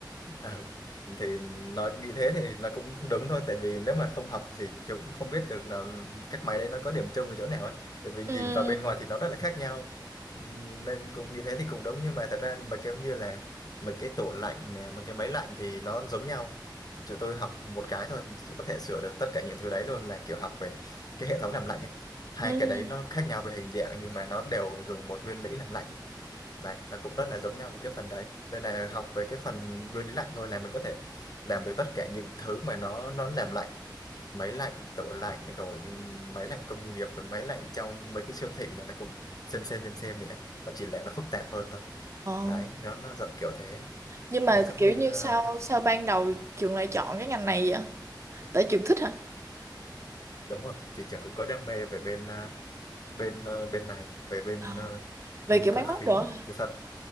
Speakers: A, on the left; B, on the right.
A: Ờ, thì nói nghĩ thế thì nó cũng đúng thôi tại vì nếu mà không học thì chị cũng không biết được là các máy đấy nó có điểm chung ở chỗ nào ấy tại vì nhìn
B: ừ
A: vào bên ngoài thì nó rất là khác nhau Ừm, nên cũng nghĩ thế thì cũng đúng nhưng mà thật ra mà kiểu như là mấy cái tủ lạnh nè mấy cái máy lạnh thì nó giống nhau chúng tôi học một cái thôi có thể sửa được tất cả những thứ đấy luôn là kiểu học về cái hệ thống làm lạnh ấy hai
B: ừ
A: cái đấy nó khác nhau về hình dạng nhưng mà nó đều dùng một nguyên lý làm lạnh ấy. Đấy, nó cũng rất là giống nhau về cái phần đấy. Đây là học về cái phần nguyên lý lạnh thôi là mình có thể làm được tất cả những thứ mà nó nó làm lạnh. Máy lạnh, tủ lạnh, rồi ừ, máy lạnh công nghiệp, rồi máy lạnh trong mấy cái siêu thị này nó cũng xem xem xem xem nhỉ. Nó chỉ là nó phức tạp hơn thôi.
B: ờ.
A: Đấy, nó nó dạng kiểu thế.
B: nhưng mà
A: Đấy, giống
B: kiểu
A: như
B: như
A: à,
B: sao sao ban đầu trường lại chọn cái ngành này vậy tại trường thích hả
A: đúng rồi, thì chẳng cũng có đam mê về bên à, bên à, bên này, về bên
B: Ờ,
A: à,
B: về
A: bên
B: kiểu
A: cơ
B: máy móc
A: khí.
B: rồi hả?
A: Thì thật